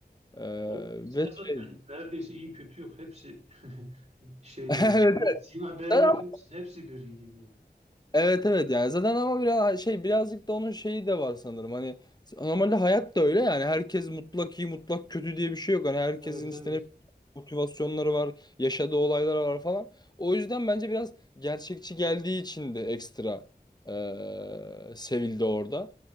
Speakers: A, on the left; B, on the right.
A: E,
B: O bizde
A: ve
B: zaten
A: şey
B: neredeyse iyi kötü yok. Hepsi <laughs> şeyde
A: <laughs>
B: yani
A: evet,
B: bir siyah beyaz
A: evet.
B: yok. Hepsi, hepsi gri gibi yani.
A: Evet evet yani zaten ama biraz şey birazcık da onun şeyi de var sanırım hani normalde hayat da öyle yani herkes mutlak iyi mutlak kötü diye bir şey yok hani herkesin
B: Evet
A: işte
B: evet.
A: ne motivasyonları var yaşadığı olaylar var falan o yüzden bence biraz gerçekçi geldiği için de ekstra eee, sevildi orada